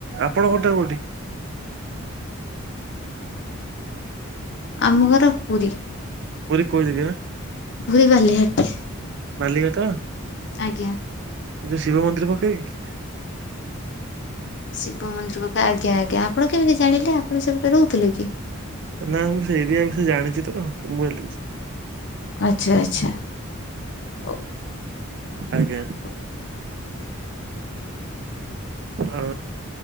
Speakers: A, on the right; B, on the left.
A: ଆପଣ ଘରଟା କୋଉଠି?
B: ଆମ ଘର ପୁରୀ
A: ପୁରୀ କୋଉ ଜାଗା?
B: <unintelligible>
A: ବାଲିଘାଟ
B: ଆଜ୍ଞା।
A: ଯୋଉ ଶିବ ମନ୍ଦିର ପାଖରେ କି?
B: ଶିବ ମନ୍ଦିର ପାଖ ଆଜ୍ଞା! ଆଜ୍ଞା! ଆପଣ କେମିତି ଜାଣିଲେ? ଆପଣ ସେପଟେ ରହୁଥିଲେ କି?
A: ନା ମୁଁ ସେ ଏରିଆ ବିଷୟ ଜାଣିଛି ତ ମୁଁ କହିଲି
B: ଆଚ୍ଛା! ଆଚ୍ଛା! ହଉ।
A: ଆଜ୍ଞା!
B: ହଉ
A: ହଁ